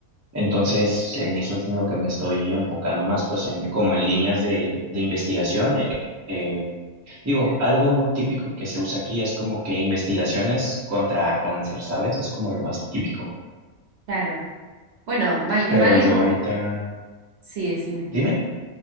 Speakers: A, on the right; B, on the right.
A: Entonces, en eso es en lo que me estoy enfocando más, pues en como en líneas de, de investigación. eh, eh, digo, algo muy típico que se usa aquí es como que investigaciones contra cáncer, ¿sabes? Es como lo más típico.
B: Claro. Bueno, mal que
A: Pero
B: mal,
A: yo
B: enco-
A: ahorita,
B: sí, decime.
A: dime.